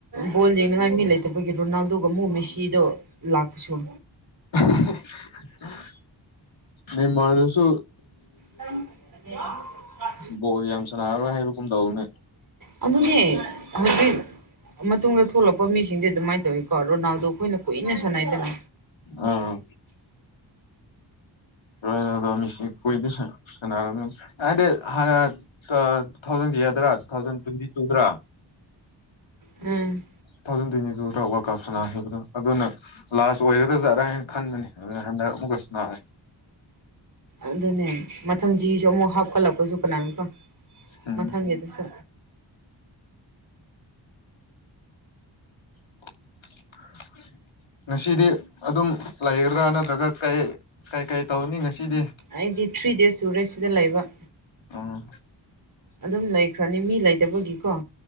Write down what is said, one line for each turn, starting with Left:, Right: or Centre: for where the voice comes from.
Right: ꯕꯣꯜ ꯌꯦꯡꯅꯉꯥꯏ ꯃꯤ ꯂꯩꯇꯕꯒꯤ ꯔꯣꯅꯥꯜꯗꯣ ꯑꯗꯨꯒ ꯑꯃꯨ ꯃꯦꯁꯤꯗꯣ ꯂꯥꯛꯄꯁꯨꯨ
Left: <unintelligible> ꯁꯨ
Right: ꯆ
Left: ꯕꯣꯜ ꯌꯥꯝ ꯁꯥꯟꯅꯔꯔꯣꯏ ꯍꯥꯏꯕꯒꯨꯝ ꯇꯧꯕꯅꯦ
Right: <unintelligible> ꯑꯗꯨꯅꯦ ꯍꯧꯖꯤꯛ ꯃꯇꯨꯡꯗ ꯊꯣꯛꯂꯛꯄ ꯃꯤꯁꯤꯡꯗꯤ ꯑꯗꯨꯃꯥꯏꯅ ꯇꯧꯏꯀꯣ ꯔꯣꯅꯥꯜꯗꯣ ꯑꯩꯈꯣꯏꯅ ꯀꯨꯏꯅ ꯁꯥꯟꯅꯩꯗꯅꯥ
Left: ꯑꯥ ꯔꯣꯅꯥꯜꯗꯣ ꯃꯦꯁꯤ ꯈꯣꯏꯗꯤ ꯁꯥꯟꯅꯔꯃꯦ ꯍꯥꯏꯗꯤ ꯍꯥꯟꯅ ꯇꯨ ꯊꯥꯎꯖꯟꯒꯤ ꯌꯥꯗ꯭ꯔꯥ ꯇꯨ ꯊꯥꯎꯖꯟ ꯇ꯭ꯋꯦꯟꯇꯤ ꯇꯨꯗ꯭ꯔꯥ
Right: ꯎꯝ
Left: ꯊꯖꯟ ꯇ꯭ꯨꯋꯟꯇꯤꯇꯨꯗ ꯋꯥꯜ ꯀꯞ ꯁꯥꯟꯅꯈꯤꯕꯗꯣ ꯑꯗꯨꯅ ꯂꯥꯁ ꯑꯣꯏꯣꯏꯒꯗꯕꯖꯥꯔꯥ ꯍꯥꯏꯅ ꯈꯟꯕꯅꯤ ꯑꯗꯨꯅ ꯍꯟꯗꯛ ꯑꯃꯨꯛꯀꯁꯨ ꯁꯅꯔꯦ
Right: ꯑꯗꯨꯅꯦ ꯃꯊꯪ ꯆꯍꯤꯁꯨ ꯑꯃꯨꯛ ꯍꯥꯞꯀꯠꯂꯛꯄꯁꯨ ꯀꯅꯥꯅꯀꯣ
Left: ꯎꯝ
Right: ꯃꯊꯪꯒꯤ ꯑꯗꯨꯁꯨ
Left: <inaudible> ꯉꯁꯤꯗꯤ ꯑꯗꯨꯝ ꯂꯩꯒꯗ꯭ꯔꯥ, ꯅꯠꯇ꯭ꯔꯒ ꯀꯩ ꯀꯩ ꯀꯩ ꯇꯧꯅꯤ ꯉꯁꯤꯗꯤ?
Right: ꯑꯩꯗꯤ ꯊ꯭ꯔꯤ ꯗꯦꯖ ꯁꯨꯔꯦ ꯁꯤꯗ ꯂꯩꯕ꯫
Left: ꯑꯥ
Right: ꯑꯗꯨꯝ ꯂꯩꯈ꯭ꯔꯅꯤ ꯃꯤ ꯂꯩꯇꯕꯒꯤꯀꯣ꯫